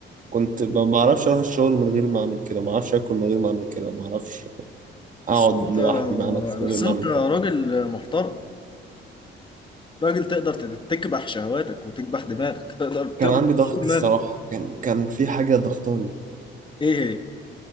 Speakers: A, on the right; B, on the left.
A: كنت ب- ما اعرفش اروح الشغل من غير ما اعمل كده ما اعرفش اكل من غير ما اعمل كده وما اعرفش اقعد
B: بس انت
A: لوحدي مع نفسي
B: بس
A: من غير ما
B: انت
A: اعمل
B: راجل
A: كده
B: محترم راجل تقدر تت- تكبح شهواتك وتكبح دماغك تقدر تقدر
A: كان عندي ضغط
B: تسوق دماغك
A: الصراحه كان كان في حاجه ضغطاني
B: ايه هي